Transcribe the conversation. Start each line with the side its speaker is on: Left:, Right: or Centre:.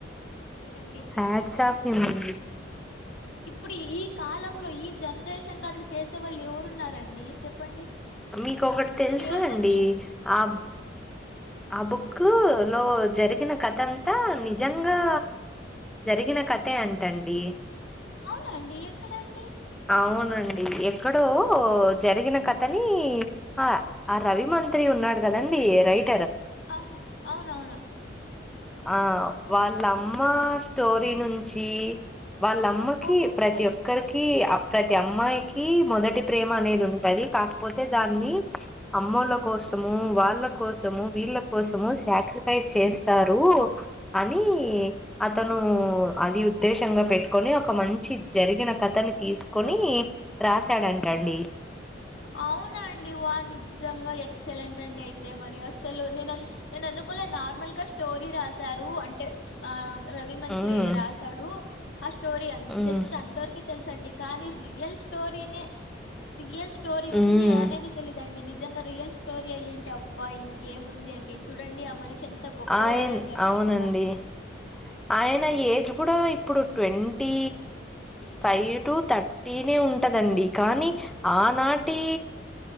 Left: గ్రేట్డి
Centre: హ్యాట్స్ ఆఫ్ హిమ్ అండి
Left: ఇప్పుడు ఈ కాలంలో ఈ జనరేషన్ లో అట్లు చేసే వాళ్ళు ఎవరున్నారండి చెప్పండి
Centre: మీకు ఒకటి తెలుసా
Left: ఏముంది
Centre: అండి ఆ ఆ బుక్ కు లో జరిగిన కథ అంతా నిజంగా జరిగిన కథే అంటండి
Left: అవునండి ఎక్కడండి
Centre: అవునండి ఎక్కడో జరిగిన కథ కాని ఆ ఆ రవి మంత్రి ఉన్నాడు కదండి రైట్
Left: అవును అవును అవును
Centre: ఆ వాళ్ళమ్మ స్టోరీ నుంచి వాళ్ళమ్మకి
Left: ఓకే
Centre: ప్రతి ఒక్కరికి ప్రతి అమ్మాయికి మొదటి ప్రేమ అనేది ఉంటది కాక పోతే దాన్ని అమ్మోళ్ళ కోసము వాళ్ళ కోసము వీళ్ళ కోసము శాక్రిఫైస్ చేస్తారు అని అతను అది ఉద్దేశంగా పెట్టుకొని ఒక మంచి జరిగిన కథని తీసుకొని రాశాడంటండి
Left: అవునా అండి వా నిజంగా ఎక్సలెంట్ అండి అయితే మరి అసలు నేను నేను అనుకోలే నార్మల్గా స్టోరీ రాశారు అంటే రవి మంత్రి
Centre: ఉమ్
Left: రాశాడు ఆ స్టోరీ
Centre: ఉమ్
Left: జస్ట్ అంతవరకే తెలుసండి కానీ రియల్ స్టోరిని రియల్స్ స్టోరీ ఉంది
Centre: ఉమ్
Left: అనేది తెలిదండి ని నిజంగా రియల్ స్టోరీ అయ్యింటే అబ్బా ఇంకేముంది అండి చూడండి ఆ మనిషి ఎంత గొప్పవాడంటే
Centre: ఆయన్
Left: అక్కడ
Centre: అవునండి
Left: ఇంకా
Centre: ఆయన ఏజ్ కూడా ఇప్పుడు ట్వంటీ ఫైవ్ టు థర్టీనే ఉంటుదండి కానీ ఆనాటి